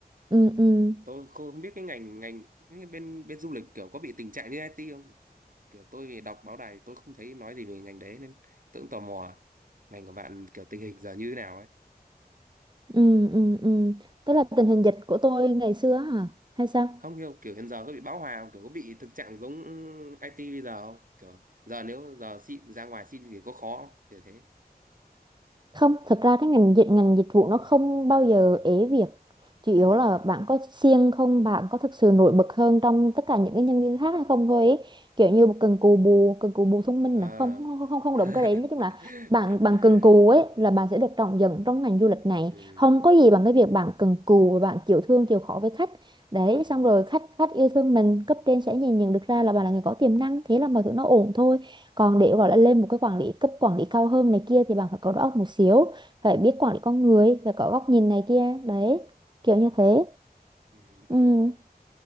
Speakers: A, on the right; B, on the right.
A: ừ ừ
B: tôi không không biết cái ngành ngành cái bên bên du lịch kiểu có bị tình trạng như IT không kiểu tôi vì đọc báo đài tôi không thấy nói gì về ngành đấy nên tôi cũng tò mò ngành của bạn kiểu tình hình giờ như thế nào ấy
A: Ừ, ừ, ừ. Tức là tình hình dịch của tôi ngày xưa á hả? Hay sao?
B: không hiểu kiểu hiện giờ có bị bão hòa không? kiểu có bị thực trạng giống IT bây giờ không kiểu giờ nếu giờ xin ra ngoài xin thì có khó không? kiểu thế
A: Không, thật ra cái ngành dịch ngành dịch vụ nó không bao giờ ế việc. Chủ yếu
B: ừ
A: là bạn có siêng không, bạn có thực sự nổi bật hơn trong tất cả những cái nhân viên khác hay không thôi ấy. Kiểu như cần cù bù, cần cù bù thông minh
B: à.
A: à? Không, không, không, không không đúng cái đấy. Nói chung
B: <laughs>
A: là bạn bạn cần cù ấy là bạn sẽ được trọng dụng trong ngành du lịch này.
B: ừ
A: Không có gì bằng cái việc bạn cần cù và bạn chịu thương, chịu khó với khách. đấy
B: ừ
A: xong rồi khách khách yêu thương mình cấp trên sẽ nhìn nhận được ra là bạn là người có tiềm năng thế là mọi thứ nó ổn thôi còn để gọi là lên một cái quản lý cấp quản lý cao hơn này kia thì bạn phải có đầu óc một xíu phải biết quản lý con người phải có góc nhìn này kia đấy kiểu
B: ừ
A: như thế
B: ừ
A: ừ
B: hiểu rồi